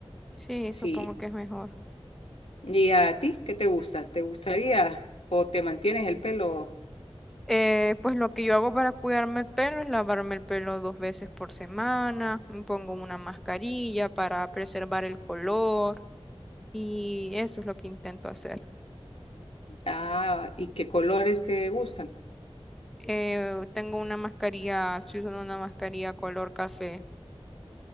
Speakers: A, in the centre; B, on the left (about 70°).
A: Sí,
B: Sí.
A: supongo que es mejor.
B: ¿Y a ti qué te gusta? ¿Te gustaría o te mantienes el pelo?
A: Eh, pues lo que yo hago para cuidarme el pelo es lavarme el pelo dos veces por semana, me pongo una mascarilla para preservar el color y eso es lo que intento hacer.
B: Ah, ¿y qué colores te gustan?
A: Eh, tengo una mascarilla, estoy usando una mascarilla color café,